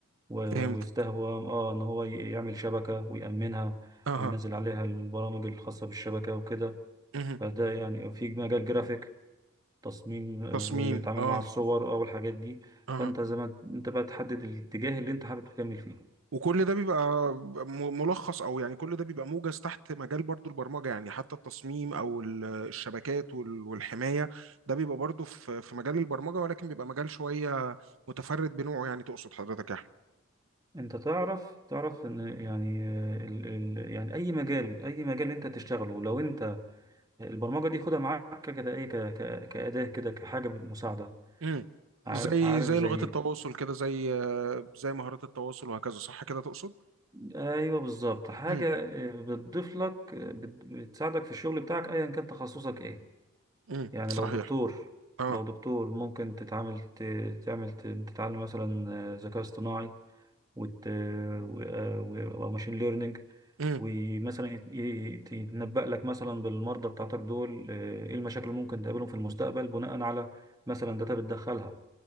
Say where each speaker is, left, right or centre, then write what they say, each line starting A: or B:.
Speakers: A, on the right; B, on the right.
A: و-
B: فهمت
A: واستهوى اه ان هو ي- يعمل شبكه ويأمنها
B: أها
A: وينزل عليها البرامج الخاصه بالشبكه وكده
B: مهم.
A: فده يعني في مجال جرافيك تصميم
B: تصميم
A: ويتعامل
B: آه
A: مع الصور او الحاجات دي
B: اها
A: فانت زي ما انت بقى تحدد الاتجاه اللي انت حابب تكمل فيه
B: وكل ده بيبقى م- ملخص او يعني كل ده بيبقى موجز تحت مجال برضو البرمجه يعني حتى التصميم او ال- الشبكات وال- والحمايه ده بيبقى برضو في في مجال البرمجه ولكن بيبقى مجال شويه متفرد بنوعه يعني تقصد حضرتك يا احمد
A: انت تعرف تعرف ان يعني آه، ال ال يعني اي مجال اي مجال انت تشتغله لو انت البرمجة دي خدها معاك كده ايه ك... ك... كأداة كده كحاجة مساعدة
B: امم
A: عار-
B: زي
A: عارف
B: زي
A: زي
B: لغات التواصل كده زي زي مهارات التواصل وهكذا صح كده تقصد
A: ايوه بالظبط حاجة
B: امم
A: آه، بتضيف لك آه، بت- بتساعدك في الشغل بتاعك ايا كان تخصصك ايه
B: امم
A: يعني
B: صحيح
A: لو دكتور
B: اه
A: لو دكتور ممكن تتعامل ت... تعمل ت... تتعلم مثلا آه، ذكاء اصطناعي وت... و... آه، و... وماشين ليرنينج
B: امم
A: ومثلا يت- يت- يتنبأ لك مثلا بالمرضى بتاعتك دول آه، ايه المشاكل اللي ممكن تقابلهم في المستقبل بناء على مثلا داتا بتدخلها